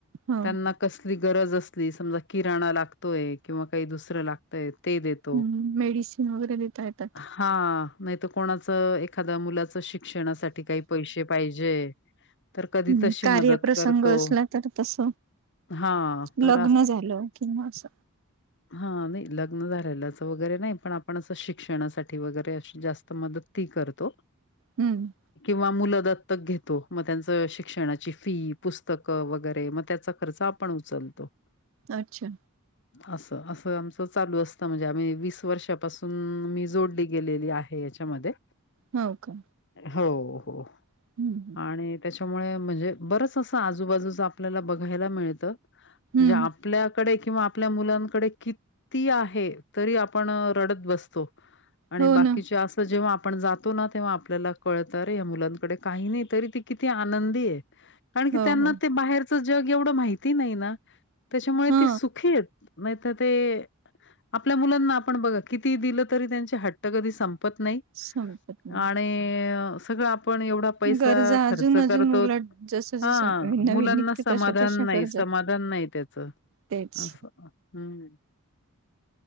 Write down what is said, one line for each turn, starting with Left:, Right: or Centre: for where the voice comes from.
Right: हो
Left: त्यांना कसली गरज असली, समजा किराणा लागतोय किंवा काही दुसरं लागतय, ते देत.
Right: हम्म, मेडिसिन वगैरे देता येतात.
Left: हा, नाहीतर कोणाचं एखाद्या मुलाच शिक्षणासाठी काही पैसे पाहिजे. तर कधी
Right: हम,
Left: तशी
Right: कार्यप्रसंग
Left: मदत करतो.
Right: असला तर तस,
Left: हां, तर
Right: लग्न झालं, किंवा अस
Left: हा, नाही लग्न झालेलंच वगैरे नाही, पणआपण असं शिक्षणासाठी वगैरे अशी जास्त, मदत ती करतो,
Right: हम्म,
Left: किंवा मुलं दत्तक घेतो, मग त्यांचं शिक्षणाची फी, पुस्तकं, वगैरे मग त्याचा खर्च आपण उचलतो,
Right: अच्छा,
Left: असं, असं आमचं चालू असतं. म्हणजे आम्ही वीस वर्षापासून मी, जोडली गेलेली आहे याच्यामध्ये.
Right: हो, का
Left: हो, हो
Right: हम्म हम्म
Left: आणि त्याच्या त्यामुळे म्हणजे बरच असं, आजूबाजूच आपल्याला बघायला मिळतं. म्हणजे,
Right: हम्म.
Left: आपल्याकडे किंवा आपल्या मुलांकडे किती आहे, तरी आपण रडत बसतो. आणि
Right: हो
Left: बाकीचे
Right: ना
Left: असं जेव्हा आपण जातोना तेव्हा आपल्याला कळतात. आरे मुलांकडे काही नाही, तरी किती आनंदी कारणकि
Right: हो
Left: त्याना
Right: हो
Left: ते बाहेर जग एवढं माहिती नाहीना, त्याच्यामुळे
Right: हा
Left: ते सुखी आहेत. नाही तर ते आपल्या मुलांना आपण बघा, किती दिलं तरी त्यांचे हट्ट कधी संपत नाही.
Right: संपत नाही
Left: आणि, सगळं आपण एवढा पैसा
Right: गरजा
Left: खर्च
Right: अजून अजून
Left: करतो,
Right: उलट जस
Left: हा
Right: जस नवीन
Left: मुलांना
Right: निघते
Left: समाधान
Right: तशा तशा
Left: नाही,
Right: गरजा
Left: समाधान नाही. त्याच,
Right: तेच
Left: असं हम्,